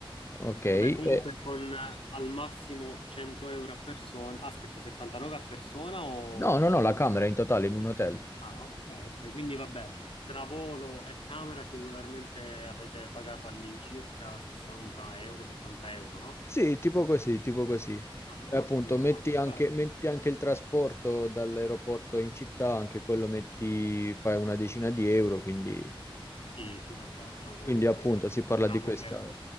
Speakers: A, on the left (about 25°); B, on the left (about 70°).
A: ok? E-
B: Vabbè, comunque con eh, al massimo 100 euro a persona, aspetta, 79 a persona o...
A: no, no, no, la
B: in-
A: camera in totale in un hotel.
B: Ah, ok, ok, quindi vabbè, tra volo e camera singolarmente avete pagato all'incirca 60 euro, 70 euro, no?
A: Sì, tipo così, tipo così.
B: Ah,
A: E
B: ottimo,
A: appunto, metti
B: dai,
A: anche,
B: bello.
A: metti anche il trasporto dall'aeroporto in città, anche quello metti, fai una decina di euro, quindi,
B: Sì, sì, vabbè, però comunque
A: quindi appunto si parla
B: diciamo
A: di questa,
B: che